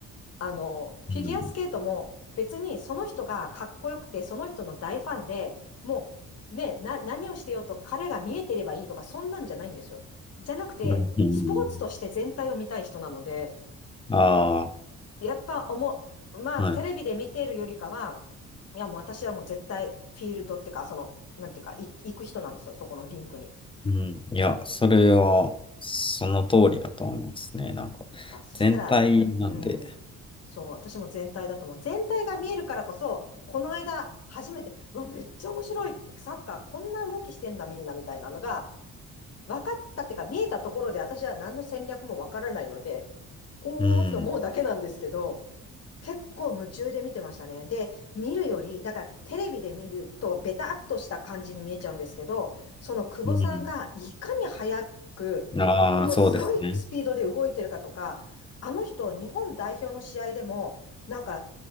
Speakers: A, on the left; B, on the left.
A: あの、
B: うん、
A: フィギュアスケートも別にその人がかっこよくて、その人の大ファンで、もうね、な、何をしてようと彼が見えてればいいとか、そんなんじゃないんですよ。じゃなくて、
B: うん、うん。
A: スポーツとして全体を見たい人なので、
B: あ
A: やっぱ思う、まあ、
B: あ、
A: テレビで見ているよりかは、
B: はい。
A: いや、もう私はもう絶対フィールドっていうか、その、なんていうか、い行く人なんですよ、そこのリンクに。
B: うん。いや、それは、その通りだと思いますね。なんか、
A: ですか。そしたら、
B: 全体なんで、
A: うん、そう、私も全体だと思う。全体が見えるからこそ、この間、初めて、うわ、めっちゃ面白いって、サッカーこんな動きしてんだ、みんな、みたいなのが、分かったっていうか、見えたところで、私は何の戦略も分からないので、ほーって思うだけなんですけど、
B: うん。
A: 結構夢中で見てましたね。で、見るより、だからテレビで見るとベタっとした感じに見えちゃうんですけど、その久保さんがいかに早く、
B: うん。ああ、
A: ものすごいスピードで動いてるかとか、
B: そうですね。
A: あの人、日本代表の試合でも、なんか、